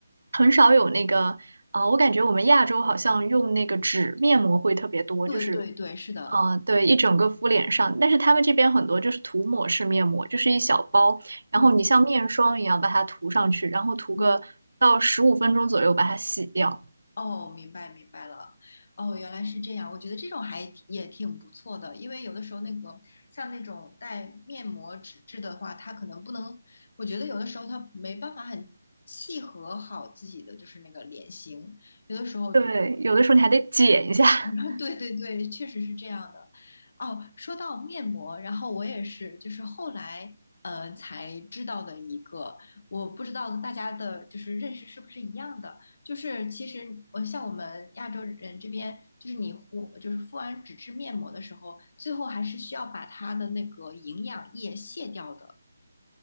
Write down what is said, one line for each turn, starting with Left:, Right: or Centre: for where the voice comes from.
Right: 很少有那个啊、我感觉我们亚洲好像用那个纸面膜会特别多，
Left: 对对对，
Right: 就是
Left: 是的，
Right: 啊，呃对，一整个敷脸上，但是他们这边很多就是涂抹式面膜，就是一小包，然后你像面霜一样把它涂上去，
Left: 嗯
Right: 然后涂个到十五分钟左右把它洗掉，
Left: 嗯。哦，明白明白了，哦，原来是这样。我觉得这种还挺也挺不错的，因为有的时候那个像那种带面膜纸质的话，它可能不能，我觉得有的时候它没办法很契合好自己的就是那个脸型，有的时候比。
Right: 对，有的时候你还得剪一下。<laughs>
Left: <laughs> 对对对，确实是这样的。哦，说到面膜，然后我也是，就是后来呃才知道的一个，我不知道大家的就是认识是不是一样的。就是其实呃，像我们亚洲人这边，就是你敷就是敷完纸质面膜的时候，最后还是需要把它的那个营养液卸掉的。